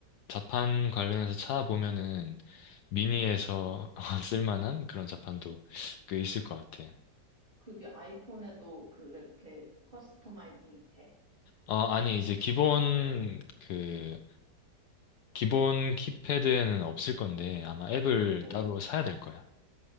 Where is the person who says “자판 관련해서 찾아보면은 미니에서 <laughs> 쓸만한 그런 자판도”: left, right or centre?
Left